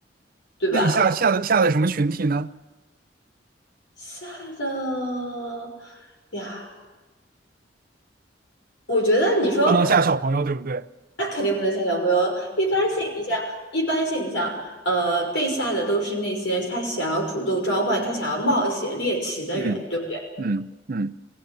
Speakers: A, on the left (about 80°); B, on the right (about 50°).
A: 对吧？
B: 那你下下的下的什么群体呢？
A: 吓的呀，我觉得你说
B: 不能下小朋友，对不对？
A: 那肯定不能吓小朋友。一般性，你像一般性，你像呃被吓的都是那些他想要主动召唤、他想要冒险猎奇的人，
B: 嗯
A: 对不对？
B: 嗯嗯，